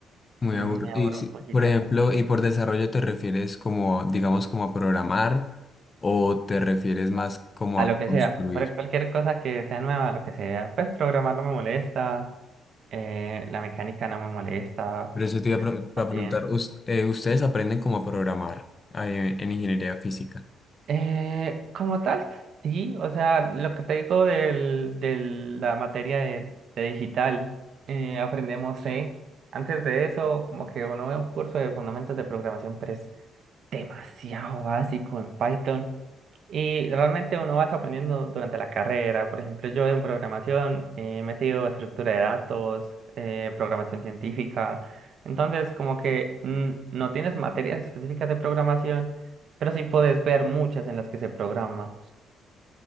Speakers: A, on the left; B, on the right.
A: Muy
B: mm,
A: aburrido.
B: me
A: Y
B: aburro
A: si-
B: un poquito.
A: por ejemplo, ¿y por desarrollo te refieres como, digamos, como a programar o te refieres más como
B: A
A: a
B: lo que
A: construir?
B: sea, cual- cualquier cosa que sea nueva, lo que sea. Pues programar no me molesta, eh, la mecánica no me molesta,
A: Pero eso te iba a, pre- para
B: también.
A: preguntar, ¿us- eh, ¿ustedes aprenden como a programar eh, en ingeniería física?
B: Eh, como tal, sí, o sea, lo que te digo del, de la materia de, de digital, eh, aprendemos C. Antes de eso, como que uno ve un curso de fundamentos de programación, pero es demasiado básico en Python y realmente uno vas aprendiendo durante la carrera. Por ejemplo, yo en programación eh, he metido estructura de datos, eh, programación científica. Entonces, como que mm, no tienes materias específicas de programación, pero sí puedes ver muchas en las que se programa.